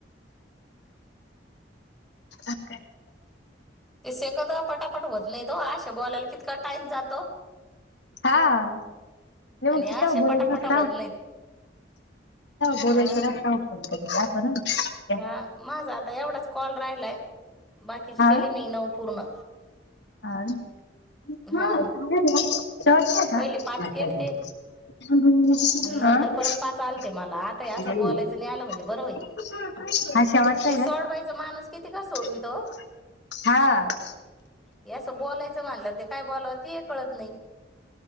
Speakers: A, on the left (about 65°); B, in the centre.
A: अ का
B: ते सेकंद पटापट होत नाही तो असशा बोलायला कितका टाइम जातो.
A: हा म
B: आणि
A: मग ति
B: अशे
A: त बोलायलाता
B: पटापटा होत नाहीत
A: बोलायच
B: अं
A: राता फो
B: हा माझा आता एवढाच कॉल राहिलाय बाकीची
A: हा
B: केली मी नऊ पूर्ण.
A: <unintelligible>
B: हा
A: शवटतय
B: पहिले पाच केलते
A: का
B: नंतर
A: ह
B: परत पाच आलते मला आता हे असं
A: हा
B: बोलायचं नाही आलं म्हणजे बरं होईल
A: शेवटतय
B: ते सोडवायचं
A: का
B: माणूस किती सोडवीत ओ
A: हा.
B: येस. बोलायचं म्हणल्या ते काय बोलावं ते हे कळत नाही.